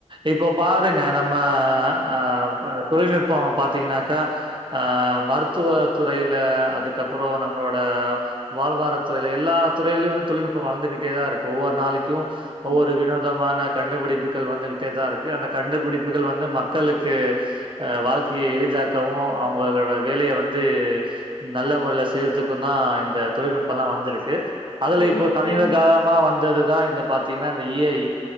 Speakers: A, on the right; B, on the left.
A: இப்போ பாருங்க நம்ம ஆஹ் தொழில்நுட்பம் பாத்தீங்கன்னாக்கா ஆஹ் மருத்துவ துறையில அதுக்கப்புறம் நம்மளோட வாழ்வாரத்துறை ல எல்லா துறையிலே யும் தொழில்நுட்பம் வளந்துகிட்டேதான் இருக்கு ஒவ்வொரு நாளைக்கும் ஒவ்வொரு
B: ம்
A: வினோ தமான கண்டுபிடிப்புகள் வந்துகிட்டே தான் இருக்கு அந்த கண்டுபிடிப்புகள் வந்து மக்களுக்கு அஹ் வாழ்க்கையை எளிதாக்கவும் அவங்களோட வேலைய வந்து நல்ல முறையில செய்யறதுக்கும் தான் இந்த தொழில்நுட்பம் லாம் வந்திருக்கு அதுல
B: ம்
A: இப்போ சமீப
B: ம்
A: காலமா வந்ததுதான் இந்த பாத்தீங்கன்னா இந்த ஏ ஐ